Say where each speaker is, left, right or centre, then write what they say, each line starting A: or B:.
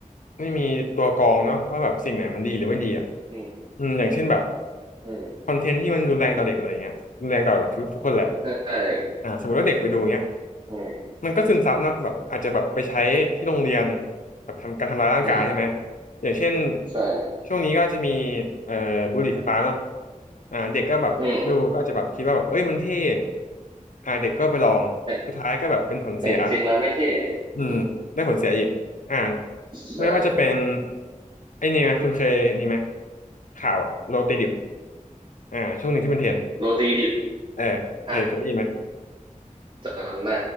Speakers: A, on the left (about 70°); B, on the right (about 40°).
A: ไม่มีตัวกรองเนาะว่าแบบสิ่งไหนมันดีหรือไม่ดีอ่ะ
B: อืม
A: อืมอย่างเช่นแบบ
B: อืม
A: คอนเทนต์ที่มันรุนแรงต่อเด็กอะไรเงี้ยรุนแรงต่อแบบทุกทุกคนแหละ
B: ใช่
A: อ่าสมมติว่าเด็กไปดูเงี้ย
B: อืม
A: มันก็ซึมซับเนาะแบบอาจจะแบบไปใช้ที่โรงเรียนแบบทำการทำร้ายร่างกายใช่ไหม
B: อืม
A: อย่างเช่น
B: ใช่
A: ช่วงนี้ก็จะมีเอ่อบุหรี่ไฟฟ้าเนาะอ่าเด็กก็แบบดูก็อาจจะแบบคิดว่าแบบเอ้ยมันเท่
B: อืม
A: อ่าเด็กก็ไปลองสุดท้ายก็แบบเป็นผลเสีย
B: แต่แต่จริงๆแล้วไม่เท่
A: อืมได้ผลเสียอีกอ่า
B: อืมใช่
A: ไม่ว่าจะเป็นไอ้นี่ไหมคุณเคยนี่ไหมข่าวอะโรตีดิบอ่าช่วงหนึ่งที่เป็นเทรนด์
B: โรตีดิบ
A: เออเคยเคยได้ยินไหม
B: อ่าจำได้